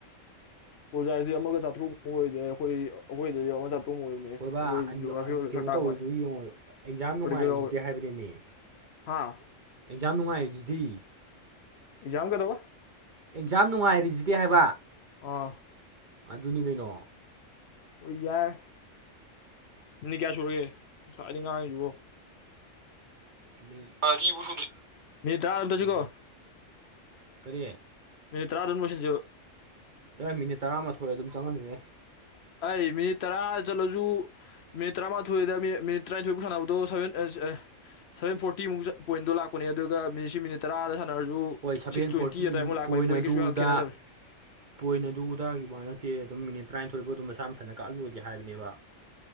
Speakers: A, on the left; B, on the right.
A: ꯄ꯭ꯔꯣꯖꯥꯒꯤꯗꯤ ꯑꯃ ꯆꯥꯇ꯭ꯔꯨꯛ ꯃꯨꯛ ꯑꯣꯏꯗꯥꯏ ꯑꯩꯈꯣꯏ ꯑꯩꯈꯣꯏꯗꯗꯤ ꯑꯃ ꯆꯥ ꯇ꯭ꯔꯨꯛ ꯑꯣꯏꯕꯅꯦ
B: ꯍꯣꯏ ꯕꯥ
A: ꯑꯦ ꯖꯣꯒ꯭ꯔꯥꯐꯤ ꯑꯣꯏꯕꯩ
B: ꯀꯩꯅꯣ
A: ꯈꯔ ꯇꯥꯡꯕꯩꯋꯅꯦ
B: ꯇꯧꯔꯤꯗꯨ ꯌꯦꯡꯉꯣ ꯑꯦꯛꯖꯥꯝ ꯅꯨꯡꯉꯥꯏꯔꯤꯁꯤꯗꯤ
A: ꯄ꯭ꯔꯥꯛꯇꯤꯀꯦꯜ ꯌꯥꯎꯕꯩ
B: ꯍꯥꯏꯕꯅꯦꯃꯤ
A: ꯍꯥꯥ
B: ꯑꯦꯛꯖꯥꯝ ꯅꯨꯡꯉꯥꯏꯔꯤꯁꯤꯗꯤ
A: ꯑꯦꯛꯖꯥꯝ ꯀꯩꯗꯧꯕ
B: ꯑꯦꯛꯖꯥꯝ ꯅꯨꯡꯉꯥꯏꯔꯤꯁꯤꯗꯤ ꯍꯥꯏꯕ
A: ꯑꯥ
B: ꯑꯗꯨꯅꯤ ꯀꯩꯅꯣ
A: ꯍꯣꯏ ꯌꯥꯏ ꯃꯤꯅꯤꯠ ꯀꯌꯥ ꯁꯨꯔꯒꯦ ꯉꯁꯥꯏꯗꯩ ꯉꯥꯡꯉꯤꯁꯤꯕꯨ
B: ꯃꯤꯅꯤꯠ ꯃꯔꯤꯐꯧ ꯁꯨꯗ꯭ꯔꯤ
A: ꯃꯤꯅꯤꯠ ꯇꯔꯥ ꯑꯗꯨꯝ ꯆꯠꯁꯤꯀꯣ
B: ꯃꯤꯅꯤꯠ ꯀꯔꯤ
A: ꯃꯤꯅꯤꯠ ꯇꯔꯥꯗ ꯑꯗꯨꯝ ꯂꯣꯏꯁꯤꯟꯁꯦꯕ
B: ꯆꯥꯍꯣꯏ ꯃꯤꯅꯤꯠ ꯇꯔꯥꯃꯥꯊꯣꯏ ꯑꯗꯨꯝ ꯆꯪꯍꯟꯁꯦꯍꯦ
A: ꯍꯥꯏ ꯃꯤꯅꯤꯠ ꯇꯔꯥ ꯆꯠꯂꯁꯨ ꯃꯤꯅꯤꯠ ꯇꯔꯥꯃꯊꯣꯏꯗ ꯃꯤꯅꯤꯠ ꯃꯤꯅꯤꯠ ꯇꯔꯥꯅꯤꯊꯣꯏꯐꯧ ꯁꯥꯟꯅꯕꯗꯣ ꯁꯥꯕꯦꯟ ꯑꯁ ꯑꯦ ꯁꯥꯚꯦꯟ ꯐꯣꯔꯇꯤꯃꯨꯛ ꯁꯥ ꯄꯣꯏꯟꯗꯣ ꯂꯥꯛꯄꯅꯦ ꯑꯗꯨꯒ ꯃꯤꯅꯤꯠꯁꯤ ꯃꯤꯅꯤꯠ ꯇꯔꯥꯗ ꯁꯥ ꯅꯔꯁꯨ
B: ꯍꯣꯏ ꯁꯚꯦꯟ
A: ꯁꯤꯛꯁ ꯇ꯭ꯋꯦꯟꯇꯤ
B: ꯐꯣꯔꯇꯤ
A: ꯑꯗꯥꯏ ꯃꯨꯛ ꯂꯥꯛꯄꯅꯦ ꯄꯣꯏꯟ
B: ꯑꯗꯨꯗ
A: ꯀꯩꯁꯨ ꯌꯥꯝ ꯈꯦꯠꯅꯗꯕꯅꯦ
B: ꯄꯣꯏꯟ ꯑꯗꯨꯗꯥꯒꯤ ꯋꯥ ꯅꯠꯇꯤꯌꯦ ꯑꯗꯨꯝ ꯃꯤꯅꯤꯠ ꯇꯔꯥꯅꯤꯊꯣꯏꯐꯧ ꯑꯗꯨꯝ ꯃꯁꯥ ꯃꯊꯟꯇ ꯀꯛꯍꯜꯂꯨꯗꯤ ꯍꯥꯏꯕꯅꯦꯕ